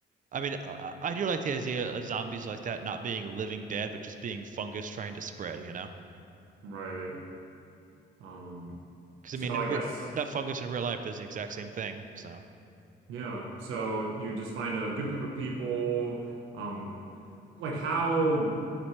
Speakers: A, on the right (about 40°); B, on the right (about 90°).
A: I mean, I, I do like the idea of zombies like that not being living dead, but just being fungus trying to spread, you know?
B: Right. Um,
A: Because
B: so
A: I mean, in
B: I
A: re
B: guess
A: that fungus in real life does the exact same thing. So
B: yeah. So you just find a good group of people. Um, like how